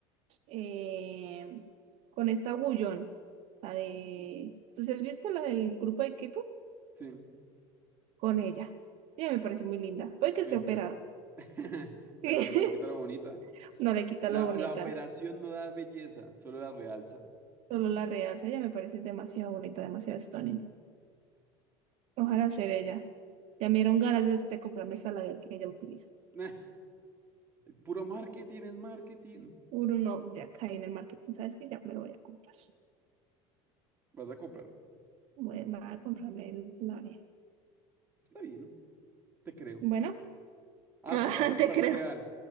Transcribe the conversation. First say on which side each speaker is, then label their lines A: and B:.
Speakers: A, on the right (about 55°); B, on the right (about 15°).
A: eh, con esta Wooyeon, la de... ¿Tú sí has visto la del grupo de K-pop?
B: Sí.
A: Con ella. Ella me parece muy linda. Puede
B: Uy,
A: que esté operada.
B: pero, <laughs> pero
A: <laughs>
B: no le quita lo bonita.
A: No le quita
B: La,
A: lo bonita,
B: la operación no da belleza, solo la realza.
A: solo la realza. Ella me parece demasiado bonita, demasiado stunning. Ojalá
B: Bueno.
A: ser ella. Ya me dieron ganas de, de comprarme esta labial que ella utiliza.
B: <laughs> Puro marketing es marketing.
A: Uno no, ya caí en el marketing, ¿sabes que Ya me lo voy a comprar.
B: Vas a comprar.
A: Voy a a comprarme el labial.
B: Está bien, te creo.
A: Bueno, <laughs>
B: Ah,
A: Ah,
B: te lo vas a comprar
A: te creo.
B: de real.